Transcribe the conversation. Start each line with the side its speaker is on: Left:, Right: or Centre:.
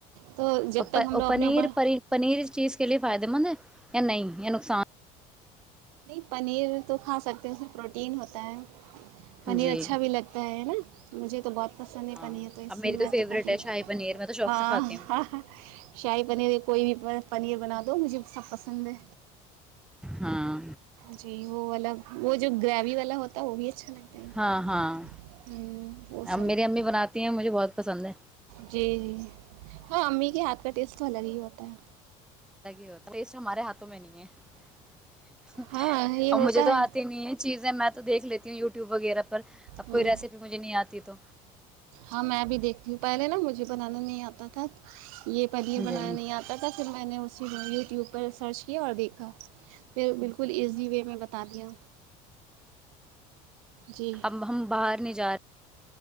Right: تو
Centre: اور
Right: جب تک ہم لوگ
Centre: پنیر
Right: اپنے اوپر
Centre: پنیر اس چیز کے لیے فائدے مند ہے یا نہیں یا نقصان
Right: نہیں پنیر تو کھا سکتے ہیں اس میں پروٹین ہوتا ہے پنیر
Centre: جی
Right: اچھا بھی لگتا ہے ہے نا مجھے تو بہت پسند ہے
Centre: ہاں
Right: پنیر تو اس
Centre: اب میری
Right: لیے میں
Centre: فیوریٹ
Right: تو کھاتی
Centre: ہے
Right: ہو
Centre: شاہی پنیر میں تو شوق
Right: ہاں
Centre: سے کھاتی ہوں
Right: شاہی پنیر کوئی بھی پا پنیر بنا دو مجھے سب پسند ہے
Centre: ہاں
Right: جی وہ والا وہ جو گریوی والا ہوتا وہ بھی اچھا لگتا ہیں
Centre: ہاں ہاں
Right: ہمم وہ
Centre: اب
Right: سب
Centre: میری امی بناتی ہیں مجھے بہت پسند ہے
Right: جی جی ہاں امی کے ہاتھ <unintelligible>
Centre: الگ ہی ہوتا ٹیسٹ ہمارے ہاتھ میں نہیں ہے
Right: ہاں یہ ہوتا
Centre: اور مجھے تو
Right: ہے
Centre: آتی نہیں ہے چیزیں میں تو دیکھ لیتی ہوں یوٹ ٹیو وغیرہ پر اب
Right: ہاں
Centre: کوئی ریسیپی مجھے نہیں آتی تو
Right: ہاں میں بھی دیکھتی ہوں پہلے نا مجھے بننا نہیں اتا تھا یہ پنیر
Centre: جی
Right: بنانا
Centre: ہ
Right: نہیں آتا تھا پھر میں نے اس اس یوٹیوب پر سرچ کیا اور دیکھا پ بالکل ایزی وے میں بتا دیا جی
Centre: اب ہم باہر نہیں جا رہے